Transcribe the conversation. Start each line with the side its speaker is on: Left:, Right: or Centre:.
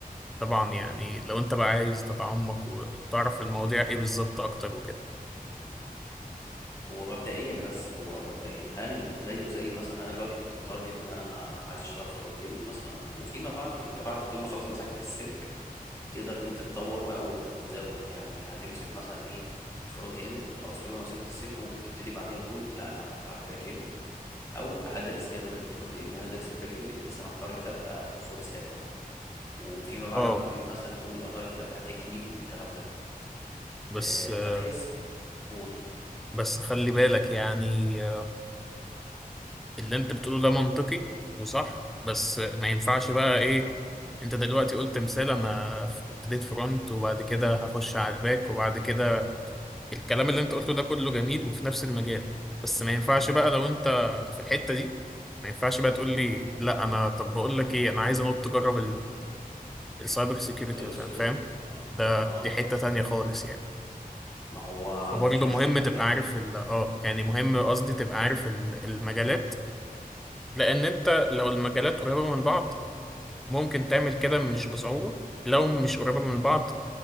Centre: طبعا يعني
Left: ماشي
Centre: لو انت بقى عايز تتعمق وتعرف المواضيع ايه بالظبط اكتر وكده
Left: هو مبدئيا بس هو مبدئيا هل زيه زي مثلا أنا دلوقتي كنت متارجت إن أنا ه- عايز أشتغل فرونت إند مثلا وفيما بعد أنت بعد طول ما خلاص مسكت السلك تقدر إن أنت تطور بقى وت- وتزود يعني هتمسك مثلا إيه الفرونت إند خلاص طول ما مسكت السلك ممكن تبتدي بعديها تقول لا أنا هبقى باك إند أو هدرس جنب الفرونت إند هدرس الباك إند بحيث أنا متارجت أبقى فول ستاك مثلا وفيما بعد
Centre: اه
Left: ممكن مثلا تقول اتارجت ابقى تيك ليد والكلام ده
Centre: بس
Left: آه،
Centre: آه،
Left: فتحس قول
Centre: بس خلي بالك يعني آه، اللي انت بتقوله ده منطقي وصح بس آه، ما ينفعش بقى ايه انت دلوقتي قلت مثال انا ف- ابتديت فرونت وبعد كده هخش على الباك وبعد كده الكلام اللي انت قلته ده كله جميل وفي نفس المجال بس ما ينفعش
Left: مم.
Centre: بقى لو انت في الحتة دي ما ينفعش بقى تقول لي لا انا طب بقول لك ايه انا عايز انط اجرب السايبر سيكيورتي
Left: سايبر
Centre: مثلا
Left: سيكيورتي
Centre: فاهم
Left: اه
Centre: ده
Left: اه
Centre: دي حتة تانية خالص يعني
Left: ما هو
Centre: فبرضه
Left: ما فيش مشكلة
Centre: مهم
Left: ماشي
Centre: تبقى عارف ال اه يعني مهم قصدي تبقى عارف ال- المجالات لأن أنت لو المجالات قريبة من بعض ممكن تعمل كده مش بصعوبة لو مش قريبة من بعض